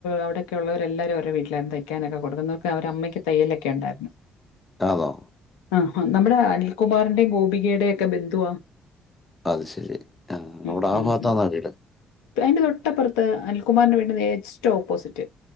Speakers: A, on the left (about 75°); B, on the left (about 15°).
A: അവിടക്കെള്ളവരെല്ലാവരും അവരെ വീട്ടിലായിര് ന്ന് തയ്ക്കാനൊക്കെ കൊടുക്കുന്നത് അവരടെ അമ്മയ്ക്ക് തയ്യലൊക്കെ ഉണ്ടായിര്ന്ന്.
B: ആന്നോ
A: ഉം നമ്മുടെ അനിൽകുമാറിന്റെ ഗോപികേടെ ഒക്കെ ബന്ധുവാ
B: അത് ശരി ആ
A: ഉം
B: അവിടെ ആ
A: ഉം
B: ഭാഗത്താണോ
A: ഉം.
B: വീ
A: അതിന്റെ തൊട്ടപ്പറത്ത് അനിൽ കുമാറിന്റെ വീട്ന്റെ എസ്‌റ്റ് ഓപ്പോസിറ്റ്